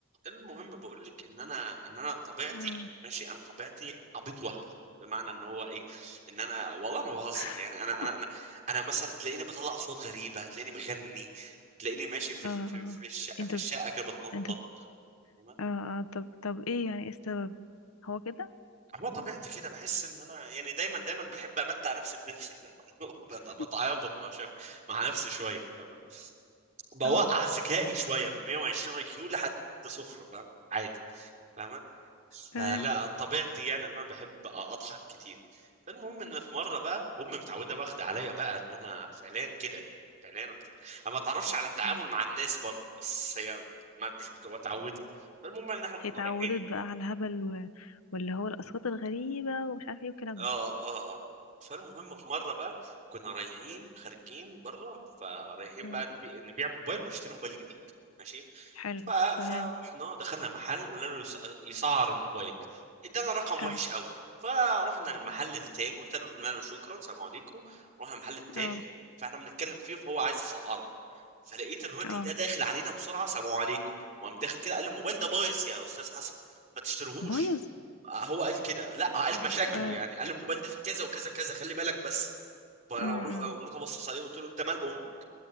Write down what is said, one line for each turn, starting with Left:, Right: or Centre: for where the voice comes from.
Right: المهم بقول لك ان انا ان انا طبيعتي
Left: مم.
Right: ماشي انا طبيعتي عبيط وهبل بمعنى ان هو ايه ان انا والله ما بهزر
Left: <clears throat>
Right: يعني انا انا انا انا مثلا تلاقيني بطلع اصوات غريبه تلاقيني بغني تلاقيني ماشي في ال-
Left: اه اه
Right: في في الشقه
Left: انت
Right: في الشقه
Left: ب...
Right: كده بتنطط
Left: انت ب...
Right: تمام؟
Left: اه اه طب طب ايه يعني ايه السبب هو كده
Right: هو طبيعتي كده بحس ان انا يعني دايما دايما بحب امتع نفسي بنفسي <laughs> بت-
Left: <laughs>
Right: بتعابط مع شاب مع نفسي شويه فاهمه بوقع
Left: اه
Right: ذكائي شويه من 120 اي كيو لحد صفر فاهمه عادي فاهمة
Left: تمام
Right: فلا طبيعتي يعني ان انا بحب اضحك كتير فالمهم ان في مره بقى امي متعوده واخده عليا بقى ان انا فعليا كده يعني فعليا انا بتب... انا ما اتعرفش على التعامل
Left: مم.
Right: مع الناس بره بس هي ما مش بتبقى متعوده فالمهم ان احنا كنا
Left: هي اتعودت
Right: رايحين
Left: بقى على الهبل و... واللي هو الاصوات الغريبه ومش عارفه ايه والكلام
Right: اه
Left: ده
Right: اه اه فالمهم في مره بقى كنا رايحين خارجين بره فرايحين
Left: مم.
Right: بقى نبي... نبيع موبايل ونشتري موبايل جديد ماشي
Left: حلو
Right: ف...
Left: تمام
Right: فرحنا دخلنا محل قلنا له يس... يسعر الموبايل ادانا رقم
Left: حلو
Right: وحش قوي فرحنا المحل التاني قلت له قلنا له شكرا سلام عليكم رحنا المحل التاني
Left: اه
Right: فاحنا بنتكلم فيه فهو عايز يسعره فلقيت الراجل
Left: اه
Right: ده داخل علينا بسرعه سلام عليكم وقام داخل كده قال لي الموبايل ده بايظ يا استاذ حسن ما تشتريهوش
Left: بايظ
Right: هو قال كده لا قال مشاكله
Left: اه
Right: يعني قال الموبايل ده فيه كذا وكذا كذا خلي بالك بس فانا
Left: امم
Right: روح قمت ابصص عليه وقلت له انت مال امك